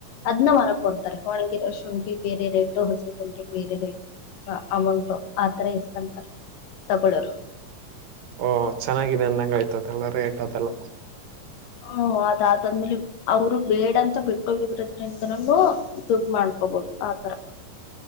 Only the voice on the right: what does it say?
ಓ ಚೆನ್ನಾಗಿದೆ ಅಂದಂಗ ಆಯ್ತದೆ ಎಲ್ಲ ರೇಟ್ ಆದೆಲ್ಲ